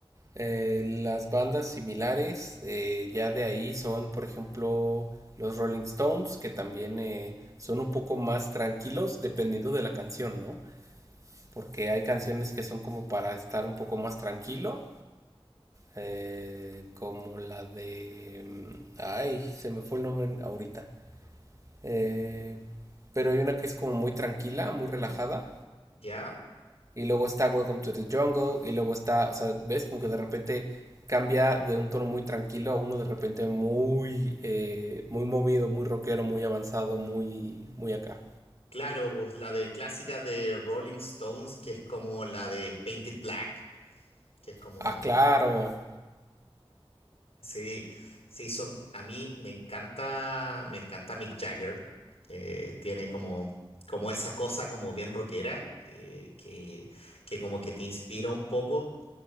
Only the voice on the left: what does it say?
¿Ya?
Claro, pues la de clásica de Rolling Stones, que es como la de Painted Black, que es como,
sí, sí, son, a mí me encanta, me encanta Mick Jagger, eh, tiene como, como esa cosa como bien rockera, eh, que, que como que te inspira un poco.